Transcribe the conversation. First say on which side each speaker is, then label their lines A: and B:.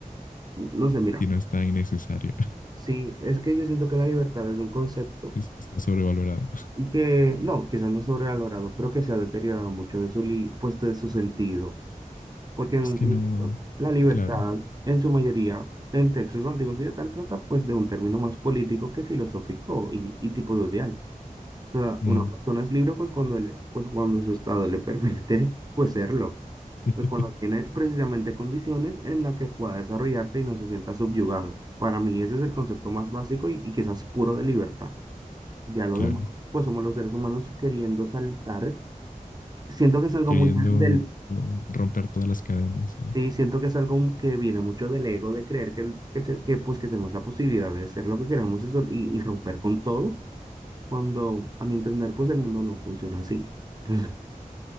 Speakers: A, on the right; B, on the left.
A: no sé, mira,
B: si no está innecesario,
A: sí, es que yo siento que la libertad es un concepto
B: <laughs> está sobrevalorado.
A: y que, no, quizás no sobrevalorado, pero que se ha deteriorado mucho de su, li- pues, de su sentido porque en
B: Es
A: un
B: que
A: principio
B: no,
A: la libertad,
B: claro,
A: en su mayoría, en textos antiguos y de tal, trata pues de un término más político que filosófico y, y tipo social. O sea,
B: mm.
A: una persona es libre pues cuando, le- pues cuando su estado le permite pues serlo,
B: <laughs>
A: pues, cuando tiene precisamente condiciones en las que pueda desarrollarte y no se sienta subyugado. Para mí ese es el concepto más básico y, y quizás puro de libertad. Ya lo
B: claro.
A: demás, pues somos los seres humanos queriendo saltar. Siento que es algo
B: queriendo
A: muy del
B: uh, romper todas las cadenas. No,
A: Sí, siento que es algo que viene mucho del ego, de creer que, el- que, el ser- que, pues, que tenemos la posibilidad de ser lo que queramos y, sol- y, y romper con todo, cuando a mi entender, pues el mundo no funciona así. <laughs>